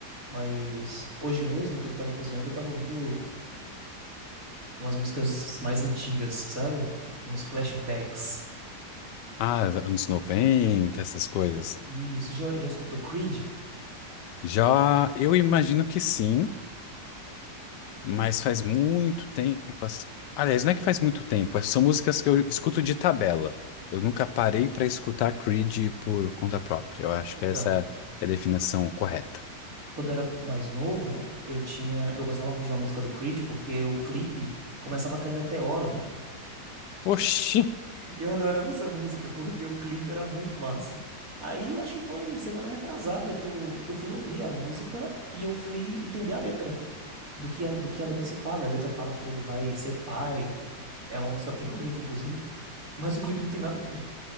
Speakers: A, on the right (about 50°); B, on the left (about 80°).
A: Mas hoje mesmo, enquanto eu tava cozinhando, eu tava ouvindo umas músicas mais antigas, sabe? Uns flashbacks.
B: Ah, anos 90, essas coisas.
A: E isso, já, já escutou Creed?
B: Já eu imagino que sim, mas faz muito tempo. ass- Aliás, não é que faz muito tempo, é, são músicas que eu escuto de tabela. Eu nunca parei para escutar Creed por conta própria. Eu acho
A: Então,
B: que essa é a definição correta.
A: Quando eu era mais novo, eu tinha, eu gostava muito de uma música do Creed porque o clipe começava a cair meteoro. <laughs>
B: Oxi!
A: E eu adorava essa música porque o clipe era muito massa. Aí eu acho que foi semana retrasada que eu, que eu fui ouvir a música e eu fui entender a letra do que a, do que a letra se fala. A letra fala que ele vai ser pai. É uma música bem bonita, inclusive. Mas o clipe não tem nada a ver.